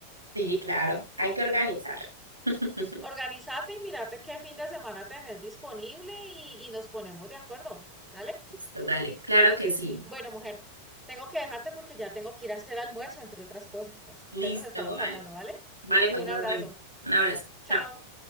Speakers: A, on the left; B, in the centre.
A: Sí, claro, hay que organizar. <laughs>
B: Organízate y mírate qué fin de semana tenés disponible y, y nos ponemos de acuerdo, ¿vale?
A: Listo, dale, claro que sí.
B: Bueno, mujer, tengo que dejarte porque ya tengo que ir a hacer almuerzo, entre otras cosas.
A: Listo,
B: Entonces nos estamos
A: vale.
B: hablando, ¿vale?
A: Vale, pues
B: Un
A: nos
B: abrazo.
A: vemos. Un abrazo.
B: Chao.
A: Chao.